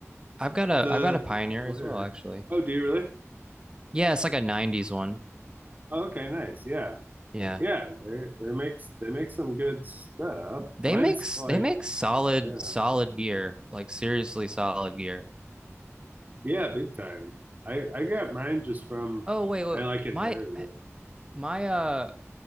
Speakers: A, on the right (about 20°); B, on the right (about 35°).
A: I've got a
B: the
A: I've got a Pioneer
B: player.
A: as well, actually.
B: Oh, do you really?
A: Yeah, it's like a 90s one.
B: Oh, okay, nice. Yeah.
A: Yeah.
B: Yeah, they they makes they make some good stuff.
A: They
B: Mine's
A: make
B: like
A: they make solid
B: yeah.
A: solid gear, like seriously solid gear.
B: Yeah, big time. I I got mine just from
A: Oh wait, wait,
B: I like inherited
A: my
B: it.
A: my uh